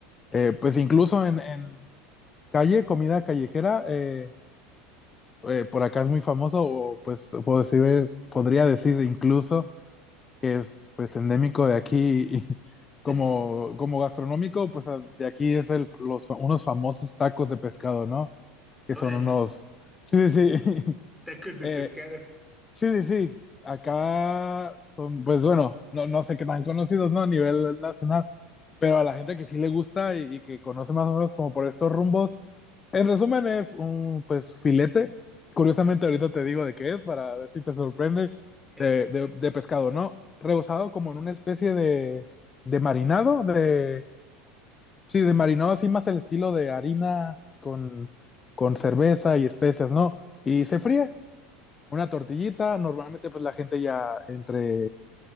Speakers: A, on the left; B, in the centre.
A: eh, pues incluso en, en Calle, comida callejera, eh, eh, por
B: Ujú.
A: acá es muy famoso, o pues puedo decir, es- podría decir incluso que es pues endémico de aquí y como,
B: <laughs>
A: como gastronómico, pues a- de aquí es el, los, fa- unos famosos tacos de pescado, ¿no? Que
B: Órale,
A: son unos... Sí, sí, sí. <laughs>
B: tacos de
A: Eh,
B: pescado.
A: sí, sí, sí. Acá son, pues bueno, no, no sé qué tan conocidos, ¿no? A nivel nacional, pero a la gente que sí le gusta y, y que conoce más o menos como por estos rumbos En resumen, es un pues filete. Curiosamente,
B: Ajá.
A: ahorita te digo de qué es para ver si te sorprende
B: Je.
A: de, de, de pescado, ¿no? Rebozado como en una especie de, de marinado, de sí, de marinado así más el estilo de harina con, con cerveza y especias, ¿no? Y se
B: Ujú.
A: fríe. Una tortillita, normalmente pues la gente ya entre